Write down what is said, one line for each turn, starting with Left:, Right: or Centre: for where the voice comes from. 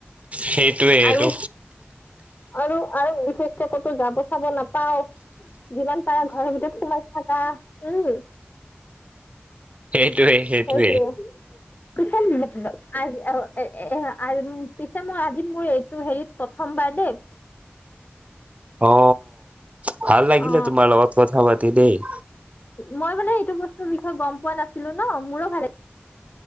Right: সেইটোৱে
Left: আৰু
Right: এইটো
Left: আৰু আৰু বিশেষ ক'তো যাব চাব নাপাও যিমান পাৰা ঘৰৰ ভিতৰত সোমাই থাকা। উম।
Right: সেইটোৱেই সেইটোৱেই।
Left: সেইটোৱে পিছে ব-ব আজ অ এ-এই আজ মোৰ পিছে মোৰ‌ আজি মোৰ এইটো হেৰিত প্ৰথমবাৰ দেই।
Right: অ! ভাল লাগিলে
Left: অ
Right: তোমাৰ লগত কথা পাতি দেই।
Left: মই মানে এইটো বস্তুৰ বিষয়ে গম পোৱা নাছিলো ন মোৰো ভালে লা